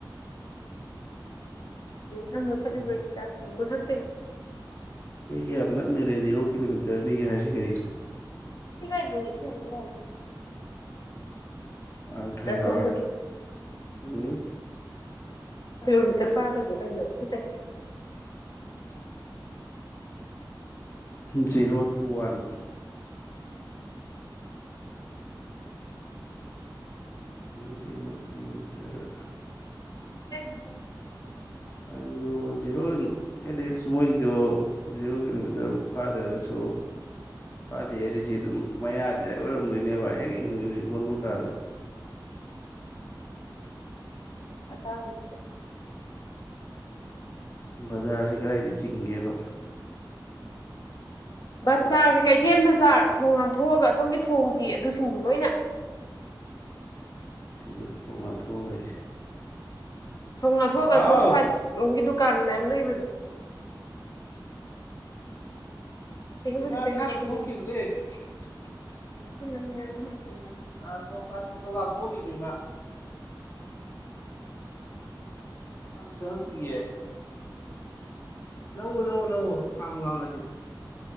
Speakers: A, on the left; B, on the left.
A: ꯅꯪ ꯃꯊꯠꯗꯤꯕ
B: ꯎꯝ
A: ꯆꯦ ꯃꯊ ꯦ
B: ꯑꯩꯈꯣꯏꯒꯤ ꯌꯥꯝ ꯅꯛꯅꯔꯦ ꯖꯤꯦꯔꯣ ꯀꯤꯂꯣꯃꯤꯇꯔꯅꯤꯒꯤ ꯍꯥꯏꯔꯤꯁꯤ ꯀꯔꯤꯅꯣ
A: ꯀꯤꯂꯣꯃꯤꯇꯔ
B: ꯑꯥꯏꯔꯣ
A: ꯐꯥꯗꯕ
B: ꯑꯠ ꯎꯝ
A: ꯎ ꯇꯔꯕꯥꯗꯒꯦ ꯀꯣ ꯁꯤꯛꯇ
B: zero two one zero kilometre
A: <unintelligible>
B: ꯑꯗꯨꯗ ꯖꯤꯔꯣ ꯑꯦ ꯑꯦ ꯏꯁꯃꯣꯏꯗ ꯖꯤꯔꯣꯒꯤꯃꯤ ꯑꯗꯨꯨꯛ ꯐꯥꯗ꯭ꯔꯒꯁꯨ ꯐꯥꯗꯦ ꯍꯥꯏꯔꯤꯁꯤ ꯑꯗꯨꯝ ꯃꯌꯥꯗꯤ ꯂ ꯑꯣꯏꯔꯝꯗꯣꯏꯅꯦꯕ ꯍꯦꯛ ꯍꯧꯖꯤꯛ ꯍꯧꯖꯤꯛ ꯑꯣꯟꯕ ꯀꯥꯟꯗ
A: ꯏ ꯁꯥꯡꯅꯤ
B: ꯕꯖꯥꯔꯁꯤ ꯀꯗꯥꯏꯗꯒꯤ ꯆꯤꯡꯒꯦꯕ
A: ꯕꯖꯥꯔꯁꯤ ꯀꯩꯊꯦꯜ ꯕꯖꯥꯔ ꯊꯣꯡ ꯍꯥꯝꯊꯣꯛꯑꯒ ꯑꯁꯣꯝꯒꯤ ꯊꯣꯡꯒꯤ ꯑꯗꯨꯁꯤꯡꯗꯨ ꯂꯣꯏꯅ
B: ꯀꯩꯅꯣ ꯊꯣꯡꯉꯥꯟꯊꯣꯛꯑꯒ ꯑꯩꯁꯦ
A: ꯁꯣꯝ ꯅꯥꯊꯣꯛꯑꯒ
B: ꯍꯥꯎ
A: ꯁꯣꯝ ꯁꯥꯏꯠꯣꯝꯒꯤꯗꯨ ꯀꯥꯟ ꯃꯌꯥꯝꯅ ꯃꯗꯣ ꯇꯗꯤꯗ
B: ꯏꯃꯥꯗꯣ ꯁꯨꯝ ꯊꯣꯛꯈꯤꯕꯅꯦ
A: ꯍꯥ ꯑꯗꯨ
B: ꯑ ꯖꯣꯕ ꯀꯥꯔꯗ ꯐꯣꯇꯣ ꯀꯥꯞ ꯄꯨꯊꯣꯛꯈꯤꯕ ꯏꯃꯥ ꯆꯪꯉꯛꯇ꯭ꯔꯤꯌꯦ ꯂꯧꯎ ꯂꯥꯛꯎ ꯂꯥꯛꯎ ꯍꯥꯡꯉꯨ ꯍꯥꯡꯉꯗꯤ